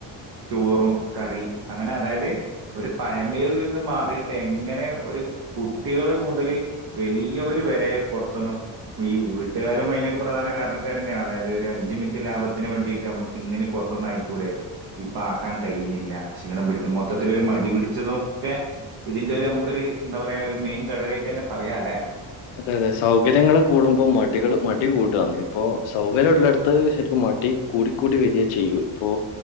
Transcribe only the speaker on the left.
അതെ അതെ സൗകര്യങ്ങള് കൂടുമ്പോ മടികള് മടി കൂടാന്ന് ഇപ്പൊ സൗകര്യ ഉള്ളെടത്ത് ശരിക്കും മ ടി കൂടിക്കൂടി വെരാ ചെയ്യൂ ഇപ്പൊ